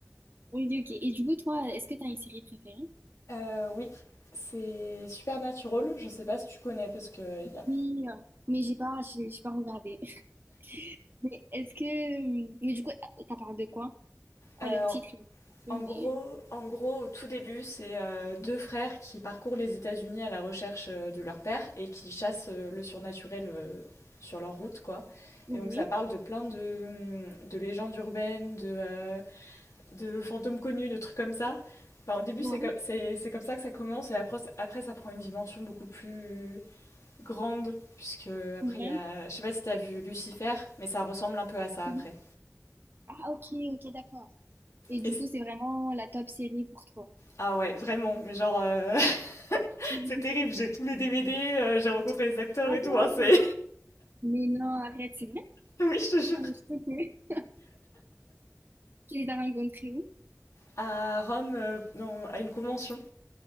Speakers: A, on the right; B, on the left.
A: Oui, ok. Et du coup, toi, est-ce que t'as une série préférée?
B: Euh, oui, c'est Supernatural, je sais pas si tu connais parce que y a-
A: Oui, euh, mais j'ai pas, j'ai j'ai pas regardé. <laughs> Mais est-ce que, euh, mais du coup, ça parle de quoi? Je crois
B: Euh,
A: que le titre, il est un peu,
B: En gros,
A: mais
B: en gros, au tout début, c'est euh, deux frères qui parcourent les États-Unis à la recherche euh, de leur père et qui chassent euh, le surnaturel euh, sur leur route, quoi.
A: oui,
B: Et donc ça parle de plein de, hum, de légendes urbaines, de, euh, de fantômes connus, de trucs comme ça. Enfin, au début,
A: ouais,
B: c'est co- c'est c'est comme ça que ça commence et après, après, ça prend une dimension beaucoup plus grande, puisque après,
A: ouais.
B: il y a... Je sais pas si t'as vu Lucifer, mais ça ressemble un peu à ça
A: Mhm.
B: après.
A: Ah, ok, ok, d'accord. Et du
B: Et c'est-
A: coup, c'est vraiment la top série pour toi.
B: ah ouais, vraiment, mais genre... euh,
A: Mhm.
B: C'est terrible, j'ai tous les DVD, euh, j'ai rencontré les acteurs
A: Ah
B: et tout.
A: bon?
B: hein, c'est...
A: Mais non, arrête, c'est vrai?
B: <laughs> oui, je te jure.
A: Ah, mais je sais que tu les as rencontrés où?
B: À Rome, euh, non, à une convention.